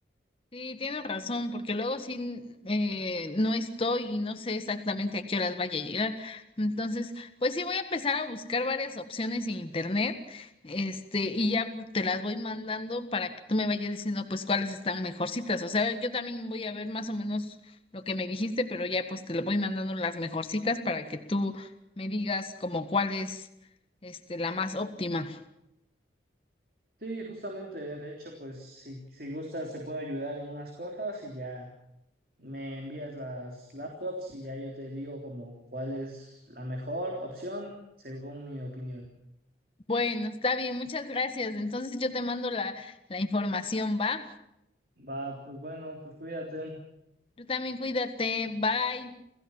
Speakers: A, on the left; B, on the right.
A: Sí, tienes razón, porque luego sí eh, no estoy y no sé exactamente a qué horas vaya a llegar. Entonces, pues sí voy a empezar a buscar varias opciones en internet, este, y ya pues, te las voy mandando para que tú me vayas diciendo pues cuáles están mejorcitas. O sea, yo también voy a ver más o menos lo que me dijiste, pero ya pues te lo voy mandando las mejorcitas para que tú me digas como cuál es este la más óptima.
B: Sí, justamente, de hecho, pues si, si gustas te puedo ayudar en unas cosas y ya Me envías las laptops y ya yo te digo como cuál es la mejor opción según mi opinión.
A: Bueno, está bien, muchas gracias. Entonces yo te mando la, la información, ¿va?
B: Va, pues bueno, pues cuídate.
A: Tú también cuídate. Bye.